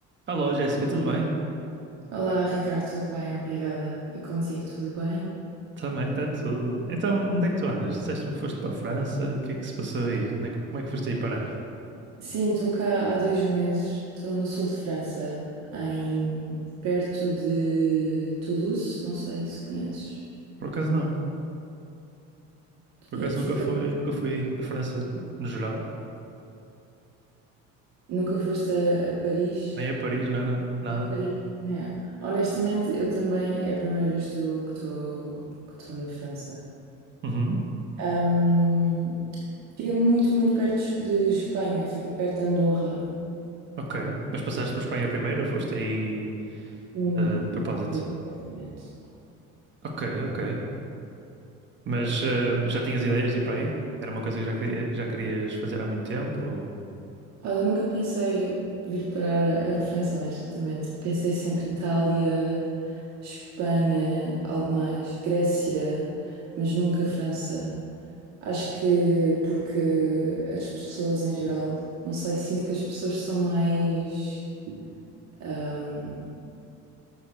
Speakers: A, on the right; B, on the right.
A: Alô, Jéssica, tudo bem?
B: Olá, Ricardo, tudo bem? Obrigada. E contigo, tudo bem?
A: Também, está tudo. Então, onde é que tu andas? Disseste-me que foste para a França, o que é que se passou aí? Onde é que, como é que foste aí parar?
B: Sim, estou cá há dois meses. Estou no sul de França, em perto de Toulouse. Não sei se conheces.
A: Por acaso não, por
B: Yeah,
A: acaso
B: fica...
A: nunca fui, nunca fui à França no geral,
B: Nunca foste a, a Paris?
A: nem a Paris, não, não, não, nada.
B: Em Paris, né? Honestamente, eu também é a primeira vez tô- que estou que estou na França.
A: Uhum,
B: Ahm, fica muito, muito perto de Espanha. Fica perto de Andorra.
A: ok. Mas passaste por Espanha primeiro ou foste aí
B: Hum,
A: ah, de propósito?
B: Não vi, exatamente.
A: Ok, ok. Mas ah, já tinhas ideias de ir para aí? Era uma coisa que já, queria- já querias fazer há muito tempo? Ou...
B: Olha, eu nunca pensei vir para a França, honestamente. Pensei sempre Itália, Espanha, algo mais, Grécia, mas nunca França. Acho que porque as pessoas em geral, não sei, sinto que as pessoas são mais, ahm,